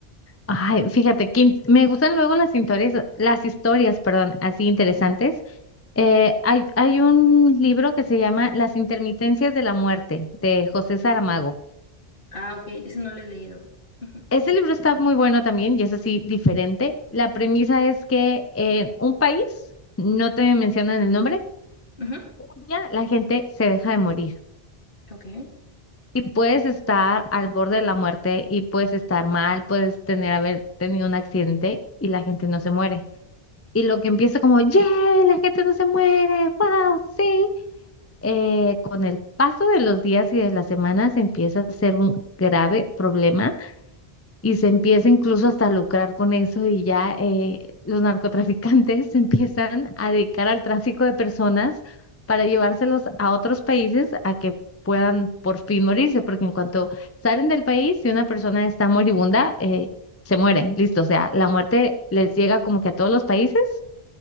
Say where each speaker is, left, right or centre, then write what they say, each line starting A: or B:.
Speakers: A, on the left (about 20°); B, on the left (about 60°).
A: Ay, fíjate, que in- me gustan luego las historias, las historias, perdón, así interesantes. Eh, hay, hay un libro que se llama Las intermitencias de la muerte, de José Saramago.
B: Ah, ok, eso no lo he leído. Ujú.
A: Ese libro está muy bueno también y es así diferente. La premisa es que en un país, no te mencionan el nombre,
B: Ujú.
A: un día la gente se deja de morir
B: Ok,
A: y puedes estar al borde de la muerte y puedes estar mal, puedes tener haber tenido un accidente y la gente no se muere. Y lo que empieza como, ¡yay! La gente no se muere, ¡wow! Sí. eh, con el paso de los días y de las semanas empieza a ser un grave problema y se empieza incluso hasta a lucrar con eso y ya eh, los narcotraficantes <laughs> se empiezan a dedicar al tráfico de personas para llevárselos a otros países a que puedan por fin morirse, porque en cuanto salen del país, si una persona está moribunda, eh, se muere, listo, o sea, la muerte les llega como que a todos los países